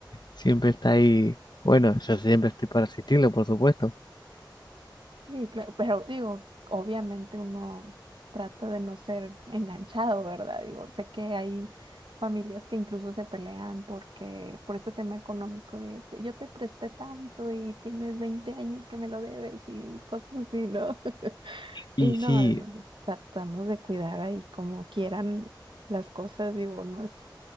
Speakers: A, on the left; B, on the right.
A: siempre está ahí. Bueno, yo siempre estoy para asistirlo, por supuesto.
B: Sí, claro, pero digo, obviamente uno trata de no ser enganchado, ¿verdad? Digo, sé que hay familias que incluso se pelean porque por este tema económico de "Te- yo te presté tanto y tienes 20 años que me lo debes y cosas así, ¿no? <laughs>
A: Y
B: Y
A: sí,
B: no, tratamos de cuidar ahí como quieran las cosas, digo, no es,